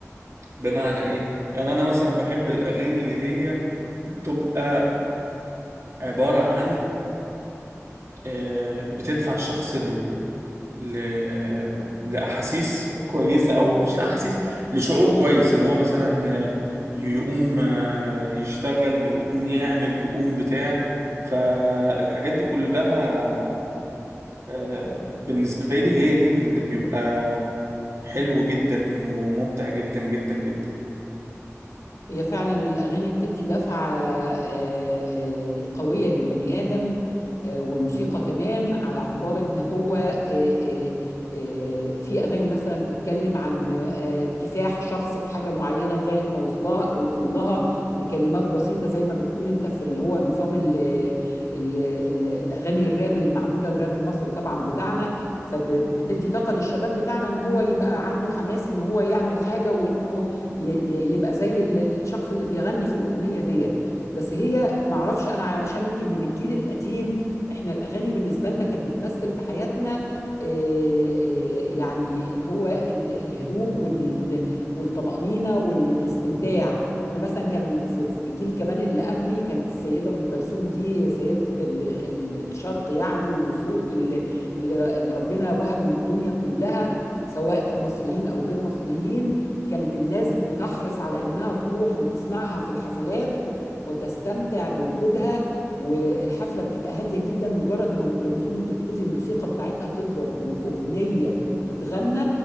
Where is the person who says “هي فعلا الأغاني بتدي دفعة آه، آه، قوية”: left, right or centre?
Left